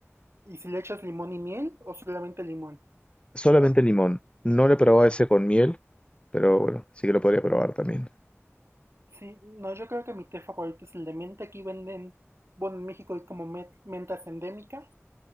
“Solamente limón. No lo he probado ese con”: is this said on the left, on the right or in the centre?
Left